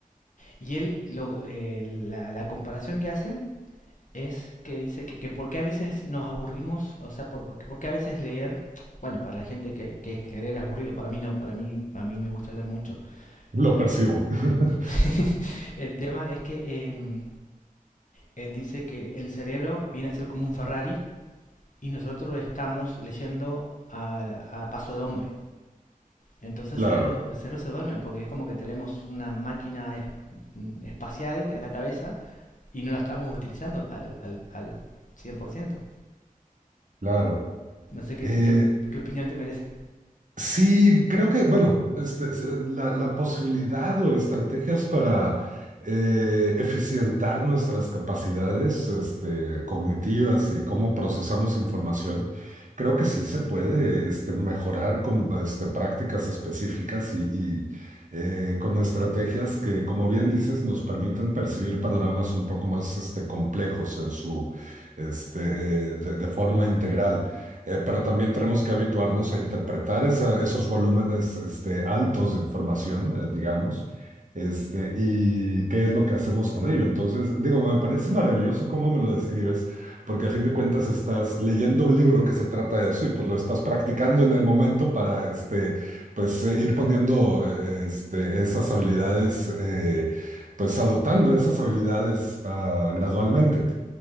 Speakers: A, on the left; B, on the right.
A: Y él, lo, eh, la, la, comparación que hacen es que dice que, que por qué a veces nos aburrimos, o sea, por, por por qué a veces leer bueno, para la gente que, que, que leer es aburrido, para mí no, para mí, a mí me gusta leer mucho.
B: Lo
A: Pero
B: percibo. <laughs>
A: <laughs> el tema es que eh, él dice que el cerebro viene a ser como un Ferrari y nosotros estamos leyendo a, a paso de hombre. Entonces el
B: Claro,
A: cerebro, el cerebro se duerme porque es como que tenemos una máquina es- mm, espacial en la cabeza y no la estamos utilizando al, al, al cien por ciento
B: claro.
A: No sé qué,
B: Eh,
A: qué, qué opinión te merece.
B: Sí, creo que, bueno, este, es, eh, la, la posibilidad o estrategias para eh, eficientar nuestras capacidades este, cognitivas y cómo procesamos información, creo que sí se puede este, mejorar con este, prácticas específicas y, y, eh, con estrategias que, como bien dices, nos permitan percibir panoramas un poco más este, complejos en su, este, eh, de de forma integral. Eh, pero también tenemos que habituarnos a interpretar esa- esos volúmenes este, altos de información, eh, digamos, este, y qué es lo que hacemos con ello. Entonces, digo, me parece maravilloso cómo me lo describes, porque a fin de cuentas estás leyendo un libro que se trata de eso y pues lo estás practicando en el momento para este, pues, eh, ir poniendo eh, este, esas habilidades, eh, pues adoptando esas habilidades ah, gradualmente.